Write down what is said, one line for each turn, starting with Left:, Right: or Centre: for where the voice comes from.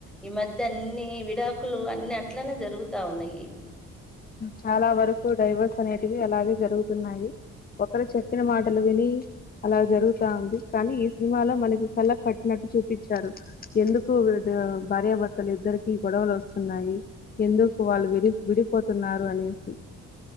Centre: ఈ మధ్య అన్ని విడాకులు అన్ని అట్లనే జరుగుతా ఉన్నాయి
Left: చాలా వరకు డైవర్స్ అనేటివి అలాగే జరుగుతున్నాయి ఒకరు చెప్పిన మాటలు విని అలాగ జరుగుతా ఉంది కానీ ఈ సినిమాలో మనకి కళ్ళకి కట్టినట్టు చూపించారు ఎందుకు భార్యాభర్తలు ఇద్దరికి గొడవలు వస్తున్నాయి ఎందుకు వాళ్ళు విడి విడి పోతున్నారు అనేసి